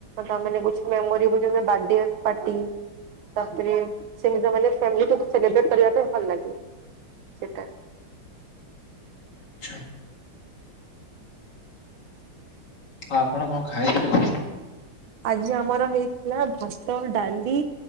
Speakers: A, on the right; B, on the left.
A: ତାମାନେ ହଉଛି ମେମୋରି ବ ବାର୍ଡେ ପାର୍ଟି ତାପରେ ସେମିତି ମାନେ ସେମିତି ସେଲିବ୍ରେଟ୍ କରିବା ପାଇଁ ଭଲ ଲାଗେ। ସେଇଟା
B: ଆଛା ହଉ ଆପଣ କଣ ଖାଇଥିଲେ କହୁ
A: ଆଜି ଆମର ହେଇଥିଲା ଭାତ, ଡାଲି